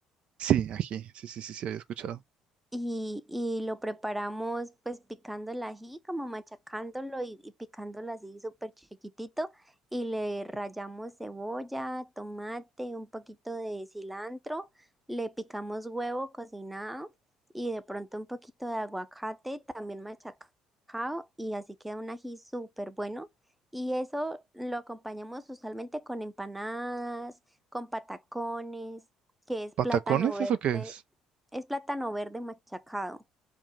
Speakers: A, on the right (about 50°); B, in the centre.
A: Sí, ají, sí, sí, sí, sí, había escuchado.
B: Y, y lo preparamos pues picando el ají, como machacándolo y, y picándolo así súper chiquitito. Y le rallamos cebolla, tomate, un poquito de cilantro. Le picamos huevo cocinado y de pronto un poquito de aguacate también machacado. Y así queda un ají súper bueno. Y eso lo acompañamos usualmente con empanadas, con patacones, que es plátano
A: ¿Patacones?
B: verde.
A: ¿Eso qué es?
B: Es plátano verde machacado